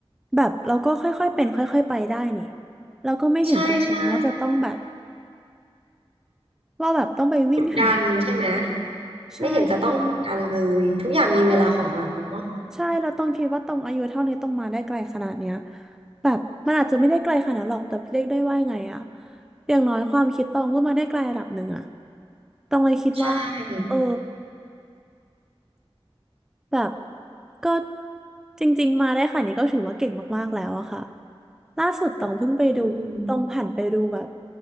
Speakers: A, in the centre; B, on the right.
A: แบบเราก็ค่อยๆเป็นค่อยๆไปได้นี่เราก็ไม่เห็นจำเป็นว่าจะต้องแบบ
B: ใช่ใช่
A: ว่าแบบต้องไปวิ่งหาอะไรนี่
B: กดดันใช่ไหม
A: ใช่เพราะว่า
B: ไม่เห็นจะต้องกดดันเลยทุกอย่างมีเวลาของมันเนาะ
A: ใช่ใช่เราต้องคิดว่าตรงอายุเท่านี้ต้องมาได้ไกลขนาดเนี้ยแบบมันอาจจะไม่ได้ไกลขนาดนั้นหรอกแต่เรียกได้ว่าไงอะอย่างน้อยความคิดตองก็มาได้ไกลระดับหนึ่งอะตองเลยคิดว่า
B: ใช่
A: เออแบบก็จริงๆมาได้ขนาดนี้ก็ถือว่าเก่งมากๆแล้วอะค่ะล่าสุดตองเพิ่งไปดูตองผ่านไปดูแบบ
B: อืม